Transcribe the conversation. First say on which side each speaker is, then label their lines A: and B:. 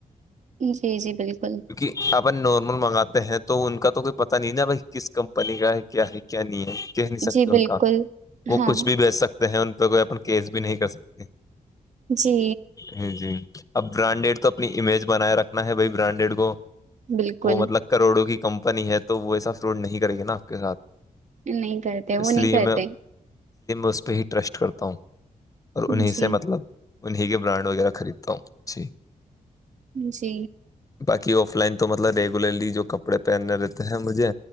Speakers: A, on the right; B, on the left.
A: جی جی بالکل
B: کیونکہ ان نارمل منگاتے ہیں تو ان کا تو کوئی پتا نہیں نا بھائی کس کمپنی کا ہے کیا ہے کیا نہیں ہے کہہ نہیں سکتے
A: جی
B: ان
A: بالکل
B: کا وہ
A: ہاں
B: کچھ بھی بیچ سکتے ہیں ان پہ کوئی اپن کیس بھی نہیں کر سکتے
A: جی
B: ہ جی اب برانڈیڈ تو اپنی امیج بناائے رکھنا ہے بائی برانڈیڈ کو
A: بالکل
B: وہ مطلب کروڑوں کی کمپنی ہے تو وہ ایسا فروڈ نہیں کرے گی نا آپ کے ساتھ
A: نہیں کرتے وہ
B: اس
A: نہیں
B: لیے
A: کرتے
B: میں اس پہ ہی ٹرسٹ کرتا ہوں اور
A: جی
B: انیں سے مطلب انیں کے برانڈ وغیرہ خریدتا ہوں جی
A: جی
B: باقی آف لائن تو مطلب ریگولرلی جو کپڑے پہننے رہتے ہیں مجھے